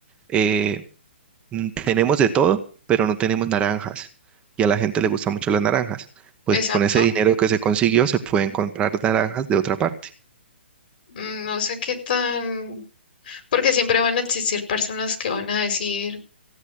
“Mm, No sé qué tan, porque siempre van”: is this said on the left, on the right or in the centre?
Left